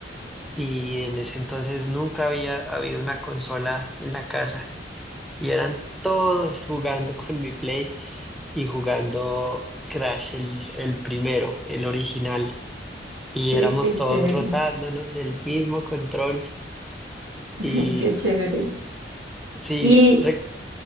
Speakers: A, in the centre; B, on the right.
A: y en ese entonces nunca había habido una consola en la casa. Y eran todos jugando con mi Play y jugando Crash el, el primero, el original. Y
B: Sí,
A: éramos
B: qué
A: todos
B: chévere,
A: rotándonos el mismo control.
B: <laughs>
A: Y
B: qué chévere.
A: sí,
B: Y
A: re-